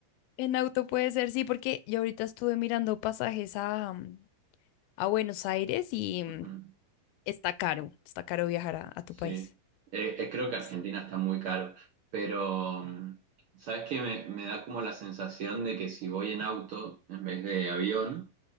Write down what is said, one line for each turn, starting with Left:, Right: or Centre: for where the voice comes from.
Left: en auto puede ser, sí, porque yo ahorita estuve mirando pasajes a, mm, a Buenos Aires y
Right: Ujú,
Left: mm, está caro, está caro viajar a, a tu
Right: Sí.
Left: país.
Right: Eh, eh, creo que Argentina
Left: S-
Right: está muy caro, pero mm, ¿sabes qué? Me, me da como la sensación de que si voy en auto en vez de avión,